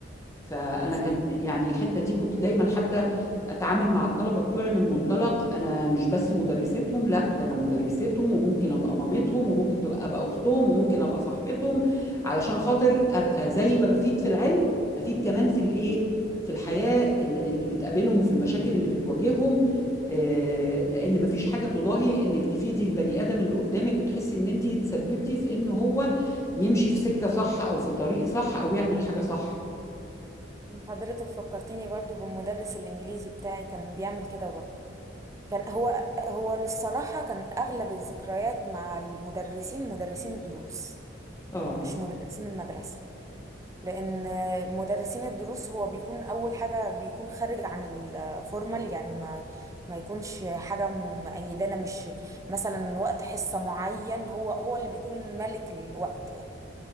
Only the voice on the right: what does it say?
بالظبط
حضرتك فكرتيني برضو بالمدرس الإنجليزي بتاعي كان بيعمل كده برضو كان هو هو للصراحة كان أغلب الذكريات مع المدرسين مدرسين الدروس
مش مدرسين المدرسة لان مدرسين الدروس هو بيكون اول حاجه بيكون خارج عن الفورمال يعني ما ما يكونش حاجه مقيدانا مش مثلا وقت حصه معين هو هو اللي بيكون ملك الوقت يعني